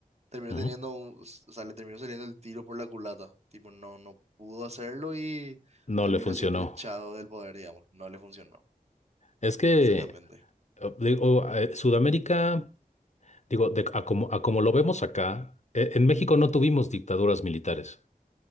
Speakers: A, on the right; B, on the left.
A: Terminó
B: Ujú.
A: teniendo, un- o sea, le terminó saliendo el tiro por la culata. Tipo, no, no pudo hacerlo y
B: No
A: terminó
B: le funcionó.
A: siendo echado del poder, digamos. No le funcionó.
B: Es que,
A: Exactamente.
B: eh, digo, eh, Sudamérica, digo, de- a como, a como lo vemos acá, eh, en México no tuvimos dictaduras militares.